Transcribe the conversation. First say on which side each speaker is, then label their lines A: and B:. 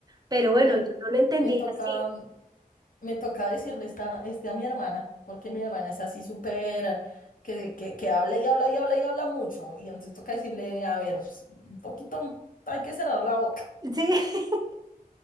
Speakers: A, on the right; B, on the left.
A: Pero bueno,
B: Ay,
A: yo no lo entendí
B: me toca,
A: así.
B: mm, me toca decirle esta, este a mi hermana, porque mi hermana es así súper, que, que, que habla y habla y habla y habla mucho. Y entonces toca decirle, a ver, un poquito, hay que cerrar la boca.
A: Sí, <laughs>